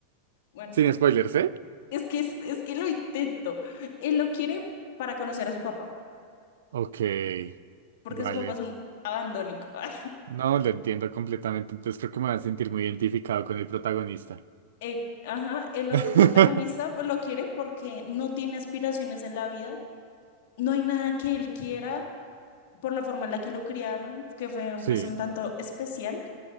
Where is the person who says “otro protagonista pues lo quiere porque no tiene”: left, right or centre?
Left